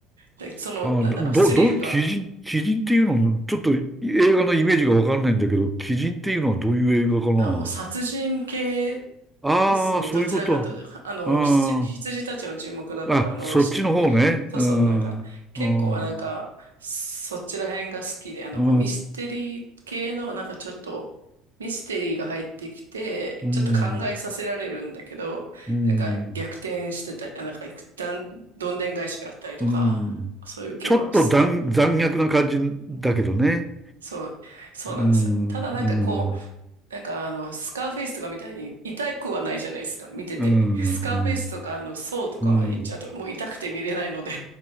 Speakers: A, on the right; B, in the centre.
A: で、その、
B: ああ、
A: なんだろう、
B: ど、ど、
A: スリルが。
B: どう鬼人、鬼人っていうの、ちょっと映画のイメージがわかんないんだけど、鬼人っていうのはどういう映画かな
A: あ、もう殺人系
B: ああ、
A: ですね。
B: そういうこと。
A: どちらかというと、あの、
B: あ
A: 羊、羊たちの沈黙だったら、
B: あ、
A: あの、
B: あ、そっちの方ね。
A: しそうそう、
B: うん、
A: なんか、
B: うん、
A: 結構なんか、
B: う
A: そっちら辺が好きで、あの、
B: ん、
A: こうミステリー系の、なんかちょっと、ミステリーが入ってきて、
B: うん。
A: ちょっと考えさせられるんだけど、
B: うん。
A: なんか逆転してたり、あなんか、だん、どんでん返しがあったりとか、
B: うん。
A: そういう系は好き。
B: ちょっと残、残虐な感じだけどね。
A: そう、そうなんですよ。
B: うん。
A: ただなんかこ
B: うん。
A: う、なんかあの、スカーフェイスとかみたいに痛くはないじゃないですか、見てて。
B: うん。
A: スカーフェイスとかあの、
B: うん。
A: ソーとかまで行っちゃうと、
B: うん。
A: もう痛くて見れないので